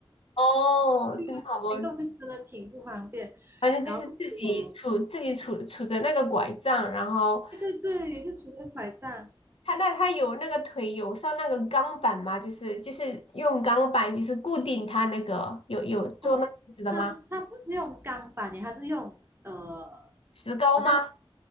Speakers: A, on the left (about 80°); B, on the right (about 25°).
A: 哦，
B: 就行动就真的挺不方便。
A: 真的好抱歉，反正就是自己杵自己杵杵着那个拐杖，
B: 然后我，
A: 然后
B: 对对对，就除了拐杖。
A: 它那它有那个腿有上那个钢板吗？就是就是用钢板就是固定它那个有有做那样子的吗？
B: 哦，它它不是用钢板耶，它是用呃，
A: 石膏吗？
B: 好像